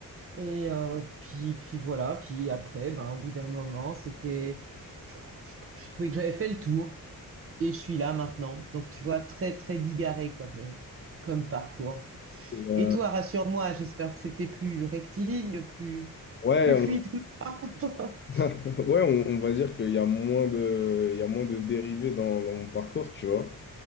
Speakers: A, on the right; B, on the left.
A: Et euh, puis, puis voilà. Puis après, ben, au bout d'un moment, c'était... je- je- J'ai trouvé que j'avais fait le tour. Et je suis là maintenant. Donc, tu vois, très, très bigarré comme, euh, comme parcours.
B: Et, euh,
A: Et toi, rassure-moi, j'espère que c'était plus rectiligne, plus,
B: Ouais,
A: plus
B: on,
A: fluide que moi. <laughs>
B: <laughs> ouais, on, on va dire qu'il y a moins de, il y a moins de dérivés dans, dans mon parcours, tu vois.